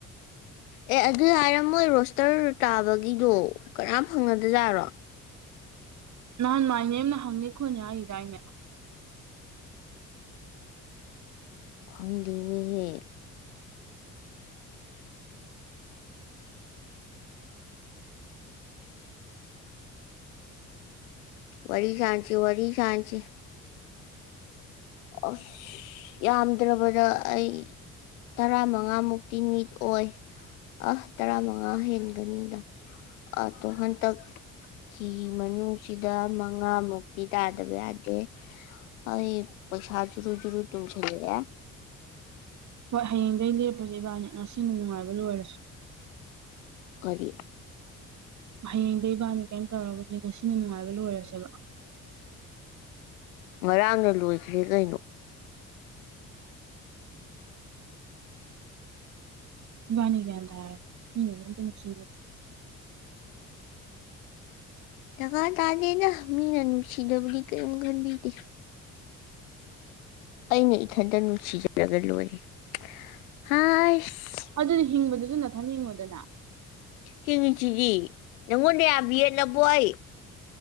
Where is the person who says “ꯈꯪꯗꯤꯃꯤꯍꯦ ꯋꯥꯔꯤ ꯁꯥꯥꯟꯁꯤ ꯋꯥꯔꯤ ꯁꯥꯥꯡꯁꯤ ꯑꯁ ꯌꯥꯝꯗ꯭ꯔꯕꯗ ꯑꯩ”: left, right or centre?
Left